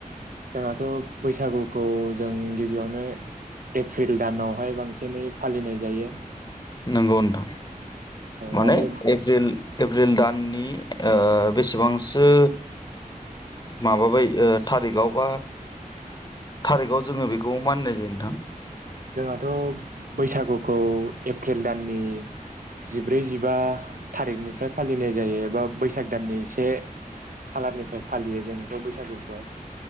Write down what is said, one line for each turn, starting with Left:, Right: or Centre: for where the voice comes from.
Right: जोंहाथ' बैसागुखौ जों गिबियावनो एप्रिल दानावहाय बांसिनै फालिनाय जायो
Left: नंगौ नोंथां।
Right: औ
Left: माने
Right: आरो
Left: एप्रिल एप्रिल दाननि ओ बेसेबांसो माबाबाय थारिखआव बा थारिखआव जोङो बेखौ मानिनाय जायो नोंथां?
Right: जोंहाथ बैसागुखौ एप्रिल दाननि जिब्रै जििबा थारिखनिफ्राय फालिनाय जायो एबा बैसाग दाननि से खालारनिफ्राय फालियो जोंथ' बैसागुखौहाय।